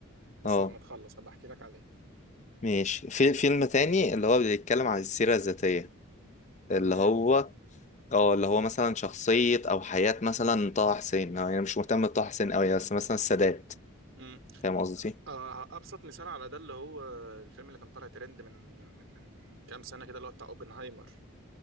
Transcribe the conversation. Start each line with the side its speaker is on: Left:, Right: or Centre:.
Right: بس
Left: اه
Right: لما تخلص هبقى احكي لك عليه
Left: ماشي في فيلم تاني اللي هو بيتكلم عن السيره الذاتيه اللي
Right: تمام
Left: هو اه اللي هو مثلا شخصيه او حياه مثلا طه حسين يعني انا يعني مش مهتم بطه حسين قوي بس مثلا السادات
Right: مم.
Left: فاهم قصدي
Right: آه، ابسط مثال على ده اللي هو الفيلم اللي كان طالع ترند من من من كام سنه كده اللي هو بتاع اوبنهايمر